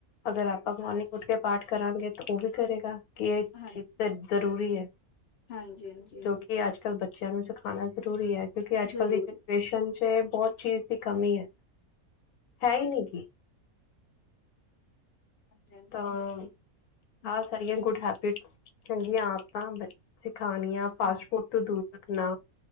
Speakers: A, on the left; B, on the left.
A: ਅਗਰ ਆਪਾਂ ਮੋਰਨਿੰਗ
B: ਹਾਂਜੀ,
A: ਉੱਠ ਕੇ ਪਾਠ ਕਰਾਂਗੇ, ਤਾਂ ਉਹ ਵੀ ਕਰੇਗਾ ਕਿ ਇਹ
B: ਹਾਂਜੀ,
A: ਚੀਜ਼ ਜ਼ਰੂਰੀ ਹੈ
B: ਹਾਂਜੀ ਹਾਂਜੀ
A: ਜੋ ਕਿ ਅੱਜ- ਕੱਲ ਬੱਚੇਆਂ ਨੂੰ ਸਿਖਾਣਾ ਜ਼ਰੂਰੀ ਆ, ਕਿਉਂਕਿ ਅੱਜ-
B: ਜ਼ਰੂਰ,
A: ਕੱਲ ਦੀ ਪੇਸ਼ਨ ਚ ਬੋਤ ਚੀਜ਼ ਦੀ ਕਮੀ ਐ, ਹੈ, ਇ, ਨਿ, ਗੀ,
B: ਹਾਂਜੀ, ਹਾਂਜੀ।
A: ਤਾਂ
B: ਹੂੰ,
A: ਆਹ ਸਾਰੀਆਂ ਗੁੱਡ ਹੈਬਿਟਸ, ਚੰਗੀਆਂ ਆਦਤਾਂ ਬ ਸਿਖਾਣੀਆਂ ਫਾਸਟ-ਫੂਡ
B: ਹਾਂ,
A: ਤੋਂ ਦੂਰ ਰੱਖਣਾ।